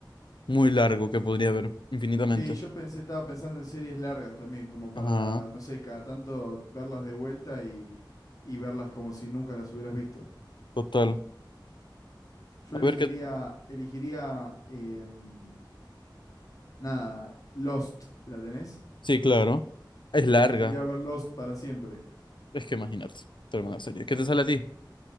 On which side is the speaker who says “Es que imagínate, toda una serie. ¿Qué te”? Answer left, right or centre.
Left